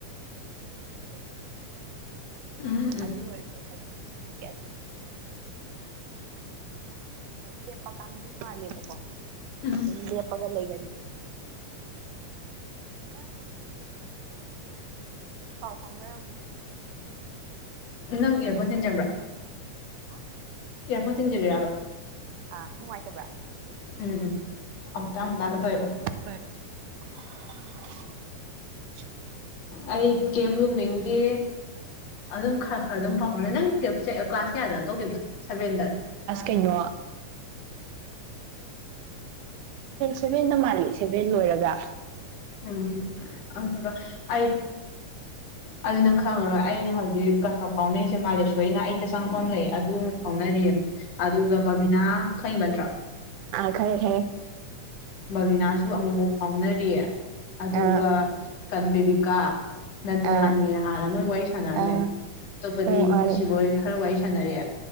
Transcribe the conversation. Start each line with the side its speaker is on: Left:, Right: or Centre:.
Right: ꯀꯩꯅꯣ ꯔꯤꯁꯦꯞꯁꯟꯗ ꯂꯩꯕꯗꯨ ꯅꯠꯇꯦꯕ ꯈꯣꯠꯇꯤ
Left: ꯎꯝ ꯎꯝ
Right: ꯑꯗꯨ ꯑꯣꯏꯔꯁꯨ ꯍꯥꯏꯗꯤ ꯈ ꯑꯗꯨꯃꯥꯏꯅ ꯈꯔ ꯀꯩꯅꯣꯗꯕꯀꯣ ꯑꯣ ꯃꯣꯏꯗꯣ ꯑꯗꯨꯝ ꯌꯥꯝ ꯍꯦꯟꯅ ꯂꯦꯞꯄ ꯂ ꯀꯥꯡꯕꯨ ꯃꯥꯜꯂꯦꯕꯀꯣ
Left: ꯎꯝ
Right: ꯑꯗꯨꯝ ꯂꯦꯞꯄꯒ ꯂꯩꯒꯟꯒꯦꯅ ꯅꯪ ꯍꯧꯖꯤꯛ ꯀꯩꯅꯣ ꯅꯪ ꯕꯃꯤꯒꯤ ꯃꯤ ꯂꯣꯏ ꯄꯥꯎ ꯐꯥꯎꯅꯔꯝꯈꯤꯅꯤꯅꯦ ꯈꯥꯎꯅꯔꯤꯕꯣ
Left: ꯅꯪ ꯏꯌꯥꯔꯐꯣꯟ ꯊꯤꯟꯖꯟꯕ꯭ꯔꯥ
Right: ꯍꯥ
Left: ꯀꯦꯔꯐ ꯊꯤꯟꯖꯒꯔꯕ
Right: ꯑꯥ ꯅꯨꯡꯉꯥꯏꯇꯕ꯭ꯔꯥ
Left: ꯎꯝ ꯎꯝ ꯑꯃꯨꯛꯇ
Right: <unintelligible>
Left: ꯑꯃꯨꯛꯇꯥꯗ ꯇꯧꯋꯦꯕ ꯑꯩ ꯀꯦꯝ ꯂꯨ ꯃꯦꯒꯦ ꯑꯗꯨꯝ ꯈꯔ ꯈꯔ ꯑꯗꯨꯝ ꯐꯥꯎꯍꯅꯤ ꯅꯪ ꯀ꯭ꯂꯥꯁ ꯀꯌꯥꯗꯅ ꯇꯧꯈꯤꯕꯗ ꯁꯚꯦꯟꯗ
Right: ꯀꯩꯅꯣ ꯁꯚꯦꯟꯗ ꯃꯥꯜꯂꯤ ꯁꯚꯦꯟ ꯂꯣꯏꯔꯒ
Left: ꯎꯝ ꯑꯗꯨ ꯑ ꯑꯗꯨ ꯅꯪ ꯈꯪꯉꯔꯣꯏ ꯑꯩꯅ ꯍꯧꯖꯤꯛ ꯀ ꯈ ꯐꯥꯎꯅꯔꯤꯁꯦ ꯃꯥꯂꯦꯁꯣꯏꯅ ꯑꯩꯇ ꯆꯪꯉꯛꯄ ꯂꯩ ꯑꯗꯨ ꯐꯥꯎꯅꯔꯤꯌꯦ ꯑꯗꯨꯒ ꯕꯕꯤꯅꯥ ꯈꯪꯕ ꯅꯠꯇ꯭ꯔꯥ
Right: ꯈꯔ ꯍꯦ
Left: ꯕꯕꯤꯅꯥꯁꯨ ꯑꯃꯨꯛꯐꯥꯎ ꯐꯥꯎꯅꯔꯤꯌꯦ ꯑꯗꯨꯒ
Right: ꯑ
Left: ꯀꯟ ꯕꯦꯕꯤꯀꯥ ꯅꯟꯗꯨꯔꯥꯅꯤꯅ
Right: ꯑ
Left: ꯍꯥꯟꯅ ꯑꯃ ꯋꯥꯔꯤ ꯁꯥꯟꯅꯔꯝꯃꯦ
Right: ꯑ
Left: ꯑꯇꯣꯞꯄꯗꯤ
Right: ꯑꯣ
Left: ꯄꯨꯟꯁꯤꯕꯣꯏ
Right: ꯑꯥ
Left: ꯈꯔ ꯋꯥꯔꯤ ꯁꯥꯟꯅꯔꯦ